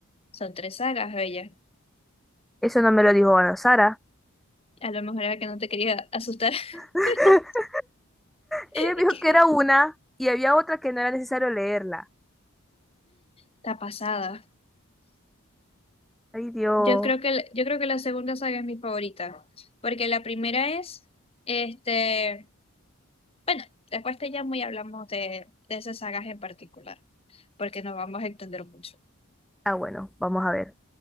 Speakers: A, on the left; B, in the centre.
A: Son tres sagas, bella.
B: Eso no me lo dijo Ana Sara.
A: A lo mejor era que no te quería asustar.
B: <laughs>
A: <laughs>
B: Ella me
A: Y
B: dijo
A: que-
B: que era una y había otra que no era necesario leerla.
A: Está pasada.
B: Ay, Dios.
A: Yo creo que, el- yo creo que la segunda saga es mi favorita, porque la primera es, este, bueno, después te llamo y hablamos de, de esas sagas en particular, porque nos vamos a entender mucho.
B: Ah, bueno, vamos a ver.